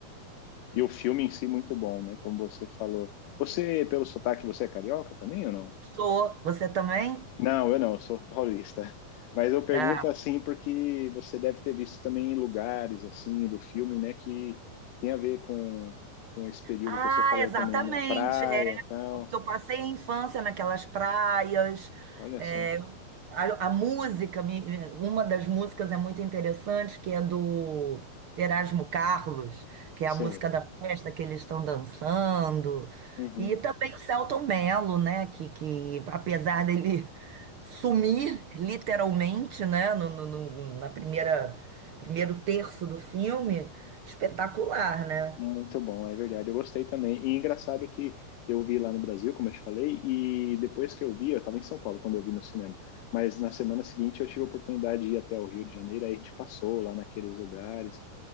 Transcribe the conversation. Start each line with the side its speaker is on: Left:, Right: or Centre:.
Left: E o filme em si muito bom, né? Como você falou. Você, pelo sotaque, você é carioca também ou não?
Right: Sou. Você também?
Left: Não, eu não, eu sou paulista. Mas eu pergunto
Right: Ah,
Left: assim porque você deve ter visto também lugares assim do filme, né, que tem a ver com, com esse período
Right: Ah,
Left: que você falou
Right: exatamente.
Left: também, né, praia,
Right: É,
Left: tal.
Right: porque eu passei a infância naquelas praias.
Left: Olha
Right: é,
Left: só,
Right: a, a música, me- uma das músicas é muito interessante, que é do Erasmo Carlos, que
Left: sei.
Right: é a música da festa que eles estão dançando.
Left: Uhum.
Right: E também o Selton Mello, né? Que, que apesar dele sumir literalmente, né? No, no- no- na primeira, primeiro terço do filme, espetacular, né?
Left: Muito bom, é verdade. Eu gostei também. E engraçado que eu vi lá no Brasil, como eu te falei, e depois que eu vi, eu estava em São Paulo quando eu vi no cinema. Mas na semana seguinte eu tive a oportunidade de ir até o Rio de Janeiro, aí a gente passou lá naqueles lugares.